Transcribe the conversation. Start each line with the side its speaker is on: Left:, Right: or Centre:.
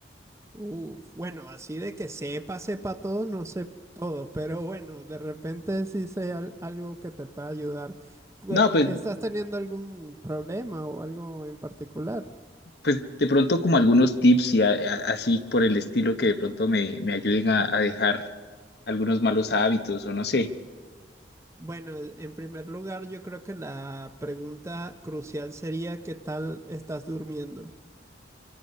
Right: Uf, bueno, así de que sepa, sepa todo, no sé todo, pero bueno, de repente sí sé al- algo que te pueda ayudar. Pues,
Left: No, pues,
Right: ¿Estás teniendo algún problema o algo en particular?
Left: pues de pronto como algunos tips y a- a- así por el estilo que de pronto me, me ayuden a, a dejar algunos malos hábitos o no sé,
Right: Bueno, en primer lugar, yo creo que la pregunta crucial sería ¿qué tal estás durmiendo?